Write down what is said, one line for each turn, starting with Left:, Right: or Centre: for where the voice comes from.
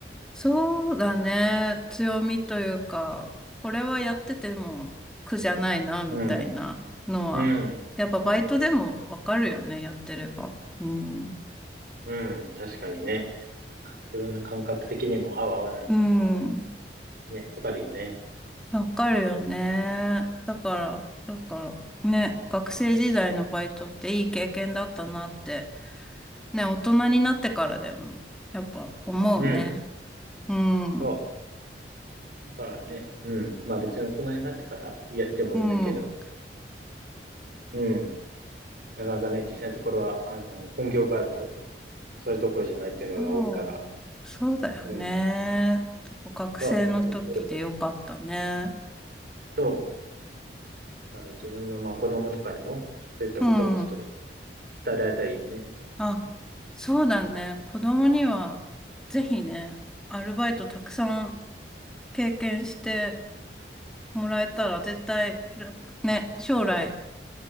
Centre: そうだね。強みというか、これはやってても苦じゃないな、みたいなのは、
Right: うん、うん、
Centre: やっぱバイトでもわかるよね、やってれば。うん。
Right: うん、確かにね。か自分の感覚的にも合う合わないっていうのは
Centre: うん。
Right: ね、わかるよね。
Centre: わかるよね。だから、だから、ね、学生時代のバイトっていい経験だったなって、ね、大人になってからでも、やっぱ思うね。
Right: うん、
Centre: うん。
Right: そう。だからね、うん。まあ別に大人になってからやってもいいんだけど、
Centre: うん。
Right: うん。なかなかね、実際のところは、あの、本業があると、そういうところじゃないっていうのが多いから、
Centre: そう、そうだよね。
Right: うん。
Centre: 学生の時でよかったね。
Right: そう、なるべく、そう。だから自分の、まあ子供とかにも、そういったことをちょっと
Centre: うん。
Right: 伝えられたらいいよね。
Centre: あ、そうだね。子供には、ぜひね、アルバイトたくさん経験してもらえたら、絶対楽、ね、将来、